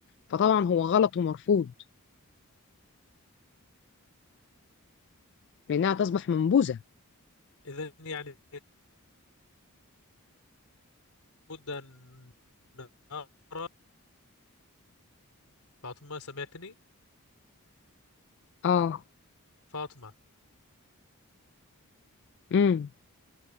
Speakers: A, on the left; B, on the left.
A: فطبعا هو غلط ومرفوض لانها تصبح منبوذة
B: إذا يعني لابد أن نرى فاطمة سمعتني
A: اه
B: فاطمة
A: امم